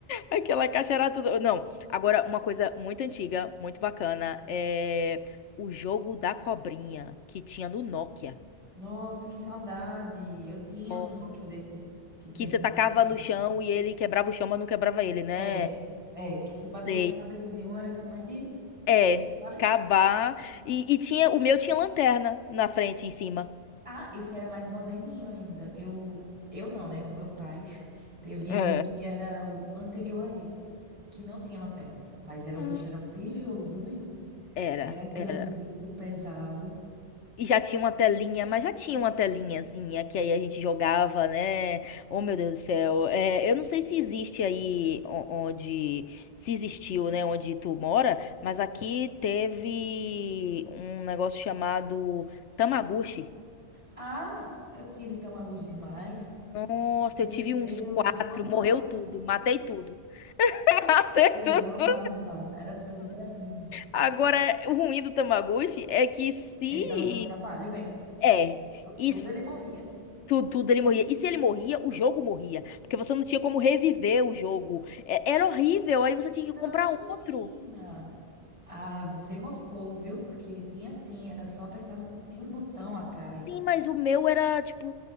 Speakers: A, on the left; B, on the right.
A: Aquela caixa era tudo. Não, agora uma coisa muito antiga, muito bacana, é o jogo da cobrinha que tinha no Nokia.
B: Nossa, que saudade! Eu tinha
A: Ó.
B: um Nokia desse que tinha
A: Que
B: esse
A: você tacava
B: jogo também.
A: no chão e ele quebrava o chão, mas não quebrava ele, né?
B: É, é, que se batesse
A: Sei.
B: na cabeça de um era capaz de
A: É,
B: falecer.
A: acabar. E, e tinha, o meu tinha lanterna na frente, em cima.
B: Ah, esse era mais moderninho ainda. Eu, eu não, né? O meu pai <laughs> teve
A: É.
B: um que era o anterior a esse, que não tinha lanterna, mas era o
A: Ah.
B: bicho era um tijolo, viu, meu irmão?
A: Era,
B: Era grande,
A: era.
B: viu? Pesado.
A: E já tinha uma telinha, mas já tinha uma telinhazinha que aí a gente jogava, né? Oh, meu Deus do céu. É, eu não sei se existe aí o- onde. Se existiu, né? Onde tu mora, mas aqui teve um negócio chamado Tamaguchi.
B: Ah, eu tive tão agos demais.
A: Nossa,
B: Meu
A: eu tive
B: Deus,
A: uns quatro,
B: eu amava.
A: morreu tudo, matei tudo. <laughs> Matei
B: Meu Deus,
A: tudo.
B: eu amava. Era tudo pra mim.
A: Agora, o ruim do Tamagotchi é que se.
B: Ele dava muito trabalho, velho.
A: É. E
B: Tudo
A: se-
B: ele morria.
A: tudo, tudo ele morria. E se ele morria, o jogo morria. Porque você não tinha como reviver o jogo. É- era horrível. Aí você tinha
B: Não,
A: que comprar
B: menina.
A: outro.
B: Ah, você moscou, viu? Porque tinha assim, era só apertar. Tinha um botão atrás.
A: Sim, mas o meu era, tipo,